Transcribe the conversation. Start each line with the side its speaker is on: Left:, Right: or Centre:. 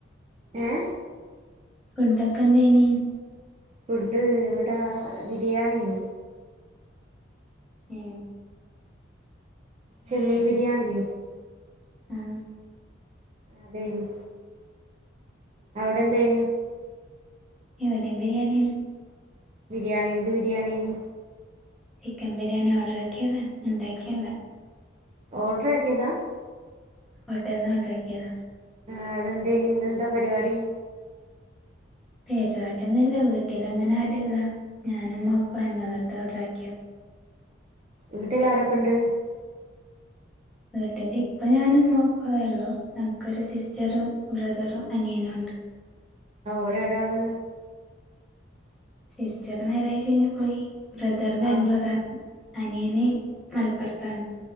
Right: ഏഹ്
Centre: ഫുഡൊക്കെ എന്തെയ്നിം
Right: ഫുഡ് ഇവിടെ ബിരിയാണി അയ്നിം
Centre: ഏഹ്
Right: ചെമ്മീൻ ബിരിയാണി ല്ലേ
Centre: ആഹ്
Right: അതെയ്നിം അവിടെ എന്തേനു
Centre: ഇവടിം ബിരിയാണി അയ്നു
Right: ബിരിയാണി എന്ത് ബിരിയാണി അയ്നു
Centre: ചിക്കൻ ബിരിയാണി ഓർഡർ ആക്കിയതാണ് ഉണ്ടാക്കിയല്ല
Right: ഓർഡർ ആക്കിയതാ
Centre: ഹോട്ടൽന്ന് ഓർഡർ ആക്കിയതാ
Right: ആഹ് അതെന്തയ്നിം ഇന്നെന്താ പരിപാടി
Centre: പരിപാടൊന്നില്ല വീട്ടിലങ്ങനെ ആരുല്ല ഞാനുമ്മപ്പ ന്നെള്ളൂ അതോണ്ട ഓർഡർ ആക്കിയ
Right: വീട്ടില് ആരൊക്കെണ്ട്
Centre: വീട്ടില ഇപ്പ ഞാനും ഉമ്മപ്പയൊള്ളൂ ഞങ്ങൾക്കൊരു സിസ്റ്ററും ബ്രദറും അനിയനും ഉണ്ട്
Right: ആ ഓര് എവിടാണ്
Centre: സിസ്റ്ററ് മാരേജ് കഴിഞ് പോയി ബ്രദറ് ബാംഗ്ലൂർ
Right: ആഹ്
Centre: ആണ് അനിയന് മലപ്പുറത്താണ്